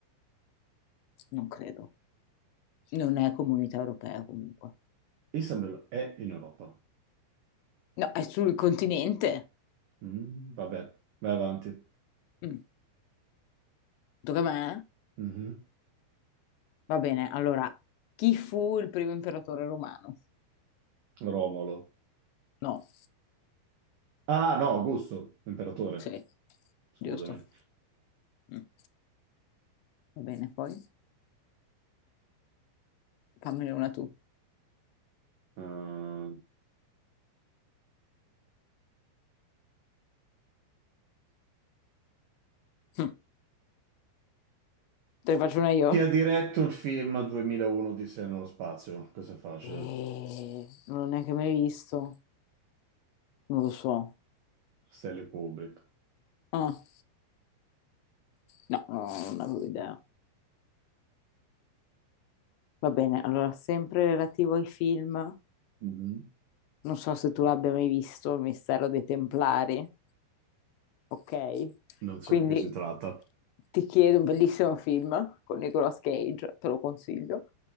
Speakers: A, on the left (about 75°); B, on the right (about 80°).
A: non credo. Non è comunità europea comunque.
B: Istanbul è in Europa.
A: No, è sul continente.
B: Mm, vabbè, vai avanti.
A: Mm. Tocca a me?
B: Mhm.
A: Va bene, allora, chi fu il primo imperatore romano?
B: Romolo.
A: No,
B: Ah, no, Augusto, imperatore.
A: sì,
B: Scusami.
A: giusto. Mm. Va bene, poi fammene una tu.
B: Eh,
A: Mm. Te ne faccio una io?
B: chi ha diretto il film 2001 di Odissea nello spazio? Questo è facile.
A: Eh, non l'ho neanche mai visto. Non lo so.
B: Stanley Kubrick.
A: Ah, no, no, non avevo idea. Va bene, allora, sempre relativo ai film,
B: Mhm.
A: non so se tu l'abbia mai visto, Il mistero dei Templari. ok?
B: Non so
A: Quindi
B: di che si tratta.
A: ti chiedo, un bellissimo film con Nicolas Cage, te lo consiglio.